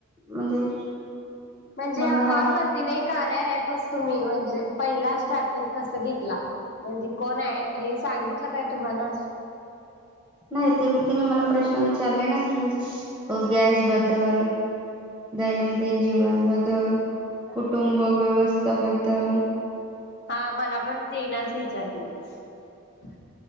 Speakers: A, in the centre; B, on the left (about 55°).
A: म्हणजे,
B: म्हणजे
A: मग
B: हा कॉल
A: हळू
B: वरती नाही कार्या एप तुम्ही म्हणजे पहिला स्टार्ट टींग कसं घेत ला म्हणजे कोण आहे. हे सांगित ल काय तुम्हाला
A: नाही ते तिने मला प्रश्न विचारलेला ना कि गॅस बद्दल, दैनंदिन जीवन बद्दल, कुटुंब व्यवस्था बद्दल,
B: हा मला पण तेन च विचारलेली